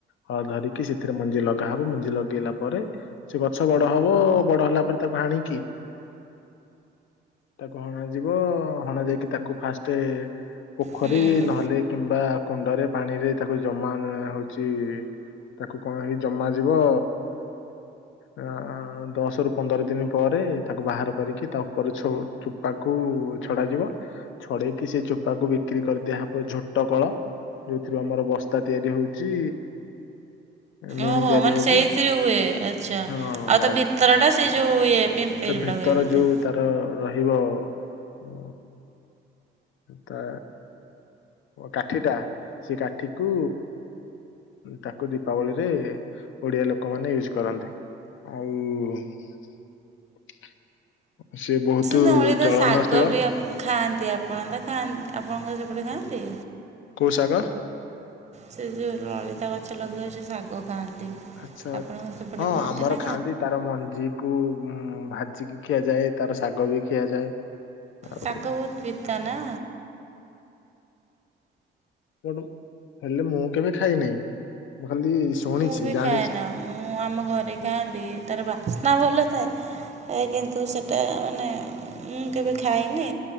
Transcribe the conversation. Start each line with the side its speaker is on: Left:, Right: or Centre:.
Left: ହଳ ଧରିକି ସେଥିରେ ମଞ୍ଜି ଲଗାହବ ମଞ୍ଜି ଲଗେଇଲା ପରେ ସେ ଗଛ ବଡ ହବ ବଡ ହେଲା ପରେ ତାକୁ ହାଣିକି ତାକୁ ହଣାଯିବ ହଣା ଯାଇକି ତାକୁ ଫାଷୃ ପୋଖରୀ
Right: ହୁଁ
Left: ନହେଲେ କିମ୍ବା କୁଣ୍ଡରେ ପାଣିରେ ତାକୁ ଜମା ହଉଛି ତାକୁ କଣ ହେଇ ଜମା ଯିବ ଆ ଦଶ ରୁ ପନ୍ଦର ଦିନ ପରେ ତାକୁ ବାହାର କରିକି ତା ଉପରେ ଚୋପାକୁ ଛଡାଯିବ ଛଡେଇକି ସେ ଚୋପାକୁ ବିକ୍ରି କରିଦିଆହବ ଝୋଟ କଳ ଯୋଉଥିରୁ ଆମର ବସ୍ତା ତିଆରି ହଉଛି ମୁଣି
Right: ଓହୋ
Left: ତିଆରି
Right: ମାନେ
Left: ହଉଛି
Right: ସେଇଥିରେ ହୁଏ ଆଚ୍ଛା। ଆଉ
Left: ହଁ ବାସ୍
Right: ତା ଭିତର ଟା ସେଇ ଯୋଉ ଇଏ ପିମ୍ପେଇ
Left: ତା
Right: ଯୋଉଟା
Left: ଭିତର
Right: ହୁଏ ବୋଧେ।
Left: ଯୋଉ ତାର ରହିବ ଉ ତା କାଠିଟା ସେ କାଠିକୁ ତାକୁ ଦୀପାବଳିରେ ଓଡିଆ ଲୋକମାନେ ୟୁଜ କରନ୍ତି। ଆଉ। ସେ ବହୁତ
Right: ନଳି ତା
Left: ଜଳନଶୀଳ
Right: ଶାଗ ବି ଖାଆନ୍ତି ଆପଣ ତ ଖାଆ ଆପଣଙ୍କ ସେପଟେ ଖାଆନ୍ତି?
Left: କୋଉ ସାଗ?
Right: ସେ ଯେଉଁ ଲଳିତା ଗଛ ଲଗେଇବା ସେ ଶାଗ ଖାଆନ୍ତି।
Left: ଆଚ୍ଛା
Right: ଆପଣଙ୍କ ସେପଟେ
Left: ହଁ ଆମର
Right: ନା
Left: ଖାଆନ୍ତି ତାର ମଞ୍ଜି କୁ ଉଁ ଭାଜିିକି ଖିଆଯାଏ ତାର ଶାଗ ବି ଖିଆଯାଏ। ଆଉ
Right: ସାଗ ଵୋହୁତ୍ ପିତା ନା।
Left: କଣ ହେଲେ ମୁଁ କେବେ ଖାଇନାହିଁ ଖାଲି ଶୁଣିଛି
Right: ମୁଁ ବି
Left: ଜାଣିଛି
Right: ଖାଏ ନା ମୁଁ ଆମ ଘରେ ଖାଆନ୍ତି ତାର ବାସ ନା ଭଲ ଥାଏ କିନ୍ତୁ ସେଟା ମାନେ ମୁଁ କେବେ ଖାଇନି